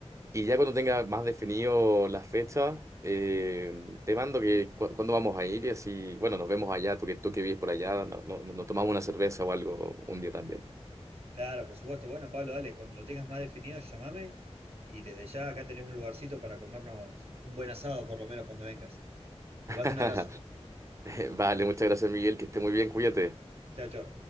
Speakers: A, on the right (about 25°); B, on the right (about 65°).
A: Y ya cuando tenga más definido las fechas, eh, te mando que cu- cuándo vamos a ir y así, bueno, nos vemos allá, tú que, tú que vives por allá, no- no- no, nos tomamos una cerveza o algo un día también.
B: Claro, por supuesto. Bueno, Pablo, dale, cuando lo tengas más definido, llamame y desde ya acá tenés un lugarcito para comernos un buen asado, por lo menos cuando vengas. Te mando
A: <laughs>
B: un abrazo.
A: Vale, muchas gracias, Miguel, que esté muy bien, cuídate.
B: Chao, chao.